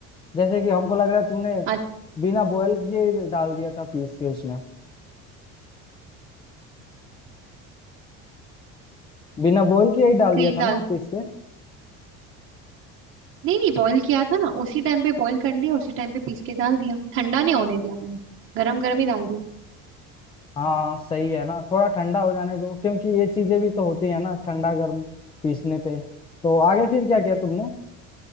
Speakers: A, on the left (about 15°); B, on the right (about 45°).
A: जैसे कि हमको लग रहा है तुमने
B: आज
A: बिना बॉयल किए ही डाल दिया था पीस के उसमें बिना बॉयल किए ही डाल
B: क्रीम
A: दिया था
B: डाल
A: ना पीस के
B: नहीं नहीं बॉईल किया था ना उसी टाइम पे बॉईल कर लिया उसी टाइम पे पीस के डाल दिया ठंडा नहीं होने दिया मैंने गरम गरम ही डाल दिया
A: हाँ सही है ना थोड़ा ठंडा हो जाने दो क्योंकि ये चीजें भी तो होती है ना ठंडा गर्म पीसने पे तो आगे फिर क्या किया तुमने